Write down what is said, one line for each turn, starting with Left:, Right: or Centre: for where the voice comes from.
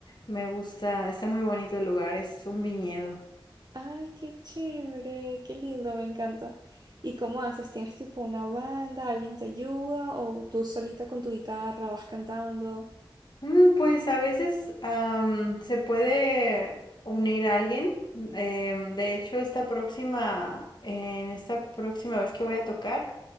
Left: me gusta, está muy bonito el lugar, es un viñedo.
Right: Ay, qué chévere, qué lindo, me encanta. ¿Y cómo haces? ¿Tienes tipo una banda, alguien te ayuda o tú solita con tu guitarra vas cantando?
Left: Mm, Pues a veces am, se puede unir a alguien. em, de hecho, esta próxima, en esta próxima vez que voy a tocar,